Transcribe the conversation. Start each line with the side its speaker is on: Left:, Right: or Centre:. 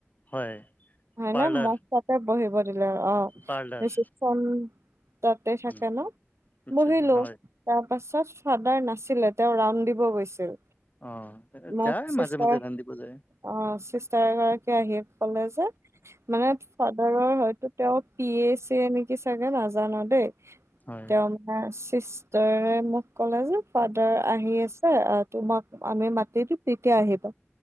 Left: হয়
Right: হয়
Left: পাৰ্লাৰ
Right: নে মোক তাতে বহিব অ
Left: পাৰ্লাৰ
Right: ৰিচিপখন তাতে থাকে
Left: উম,
Right: ন
Left: আচ্ছা
Right: বহিলোঁ।
Left: হয়
Right: তাৰ পাছত ফাদাৰ নাছিলে তেওঁ ৰাউন দিব গৈছিল।
Left: অ
Right: মোক
Left: যায়
Right: চিষ্টাৰ
Left: মাজে মাজে ৰান্ধিব যায়।
Right: অ চিষ্টাৰ এগৰাকী আহি কলে যে মানে ফাদাৰৰ হয়তো তেওঁ। পি এ চ নেকি চাগে নাজান দেই
Left: হয়
Right: তেওঁ মানে চি ফ মোক ক'লে যে ফাদাৰ আহি আছে তোমাক আমি মাতি দিম তেতিয়া আহিবা।